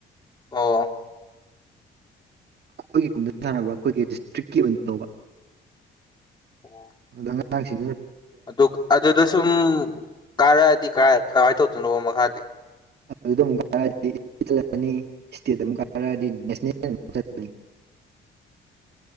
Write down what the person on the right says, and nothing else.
ꯑꯩꯈꯣꯏꯒꯤ ꯀꯨꯝꯗ ꯁꯥꯟꯅꯕ ꯑꯩꯈꯣꯏꯒꯤ ꯗꯤꯁꯇ꯭ꯔꯤꯛꯀꯤ ꯑꯣꯏꯅ ꯇꯧꯕ
ꯑꯉꯥꯡ ꯊꯥꯡꯁꯤ
ꯑꯗꯨꯗ ꯑꯃꯨꯛ ꯀꯥꯔꯛꯑꯗꯤꯠꯄꯅꯤ ꯏꯁꯇꯦꯠ ꯑꯃꯨꯛ ꯀꯥꯔꯛꯑꯗꯤ ꯅꯦꯁꯅꯦꯜ ꯑꯃ ꯆꯠꯄꯅꯤ <inaudible>